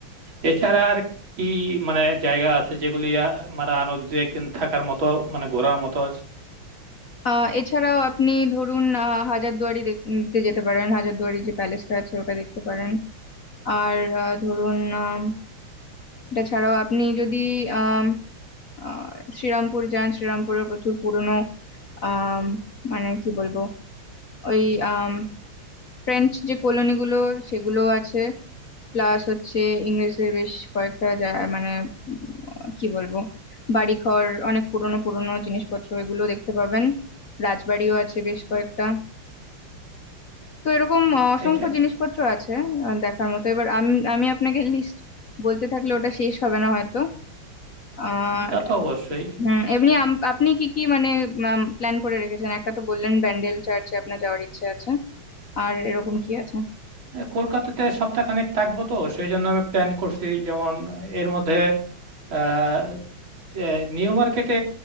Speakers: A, on the right; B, on the left.
A: এছাড়া আর কি মানে জায়গা আছে যেগুলি আ- মানে আরো দু একদিন থাকার মতো মানে ঘোরার মতো আছে
B: আহ এছাড়াও আপনি ধরুন আহ হাজারদুয়ারি দেখতে যেতে পারেন হাজারদুয়ারি যে প্যালেসটা আছে ওটা দেখতে পারেন আর আহ, ধরুন আম, এটা ছাড়াও আপনি যদি আম, আহ, শ্রীরামপুর যান শ্রীরামপুরে প্রচুর পুরনো আহ মানে কি বলবো ওই আম, ফ্রেঞ্চ যে কলোনি গুলো সেগুলো আছে প্লাস হচ্ছে ইংরেজদের বেশ কয়েকটা জা- মানে উম, কি বলবো বাড়িঘর অনেক পুরনো পুরনো জিনিসপত্র এগুলো দেখতে পাবেন রাজবাড়িও আছে বেশ কয়েকটা তো এরকম আহ, অসংখ্য
A: এছা-
B: জিনিসপত্র আছে আহ, দেখার মতো এবার আমি আমি আপনাকে লিস্ট বলতে থাকলে ওটা শেষ হবে না হয়তো আহ
A: উম, তা তো অবশ্যই
B: হুম এমনি আম- আপনি কি কি মানে প্ল্যান করে রেখেছেন একটা তো বললেন ব্যান্ডেল চার্চে আপনার যাওয়ার ইচ্ছে আছে আর এরকম কি আছে
A: এ, কলকাতাতে সপ্তাহখানেক থাকবো তো সেই জন্য আমি প্ল্যান করছি যেমন এর মধ্যে আহ এ, নিউ মার্কেটে